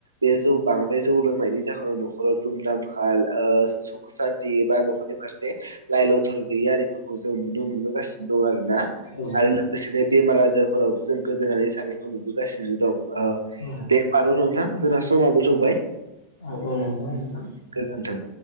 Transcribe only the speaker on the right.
बे जौ बांद्राय जौ लोंनायनि जाहोनाव नखराव दुम-दामखाल ओ हुख सानथि बा नखरनि फारसे लाइ-लथर गैयि आरिफोरखौ जों नुनो मोनबोगासिनो दं आरो ना।
आरो लोगोसेनो बेमार आजारफोरावबो जों गोदोनानै थानायानायखौ नुबोगासिनो दं। ओ
दे होमबा न' नोंथां जोंना समाबो थौबाय।
गोजोन्थों।